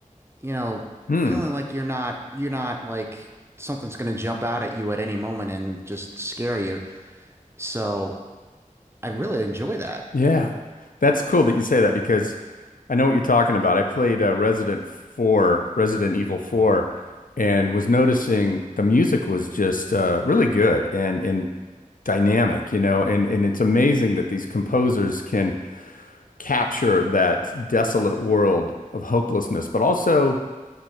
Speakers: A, on the right; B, on the left.
A: you know,
B: Hmm.
A: feeling like you're not you're not like something's going to jump out at you at any moment and just scare you. So, I really enjoy that.
B: Yeah, that's cool that you say that because I know what you're talking about. I played uh, Resident 4, Resident Evil 4, and was noticing the music was just uh, really good and and dynamic, you know, and and it's amazing that these composers can capture that desolate world of hopelessness, but also